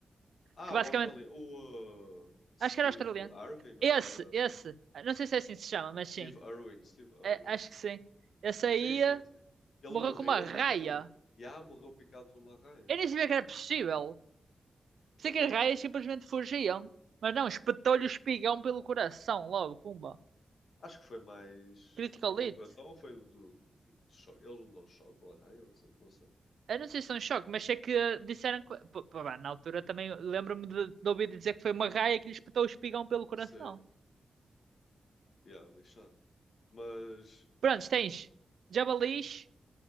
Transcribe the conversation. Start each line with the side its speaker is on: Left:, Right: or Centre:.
Left: Ah,
Right: que basicamente.
Left: o Australia. O uh, Steve
Right: Acho que era australiano.
Left: Irwin
Right: Esse,
Left: ou qualquer coisa
Right: esse.
Left: assim.
Right: Não sei se é assim que se chama, mas sim.
Left: Steve Irwin, Steve Irwin.
Right: É, acho que sim. Esse aí
Left: Sim, sim,
Right: eh,
Left: sim. Ele
Right: morreu
Left: morreu,
Right: com uma raia.
Left: sabes como é que ele morreu? Já morreu picado por uma raia.
Right: Eu nem sabia que era possível. Pensei
Left: Opa,
Right: que as raias simplesmente fugiam. Mas não, espetou-lhe o espigão pelo coração, logo, pumba.
Left: Acho que foi mais.
Right: Critical
Left: Foi pelo
Right: Hit.
Left: coração ou foi do. Tipo, de choque? Eles não dão choque ou arraio ou assim, não sei.
Right: Eu não sei se é um choque, mas sei que disseram que. Pô, pô, pá, na altura também lembro-me de, de ouvir dizer que foi uma raia que lhe espetou o espigão pelo coração.
Left: Sei. Yeah, lixado. Mas,
Right: Prontos, tens jabalis,